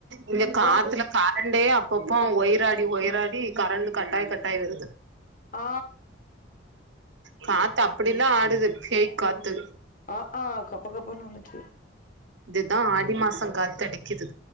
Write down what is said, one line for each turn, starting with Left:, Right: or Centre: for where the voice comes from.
Right: இங்க காத்துல
Left: ஓன்ட்ட
Right: கரண்டே கொப்பம் ஒயிராடி ஒயிராடி கரண்டு கட்டாயி கட்டாயி வருது
Left: ஆ.
Right: காத்து அப்டில ஆடுது பேய் காத்து.
Left: அ அ கப்ப கப்பன்னு வந்துட்டு.
Right: இதுதான் ஆடி மாசம் காது அடிக்குது.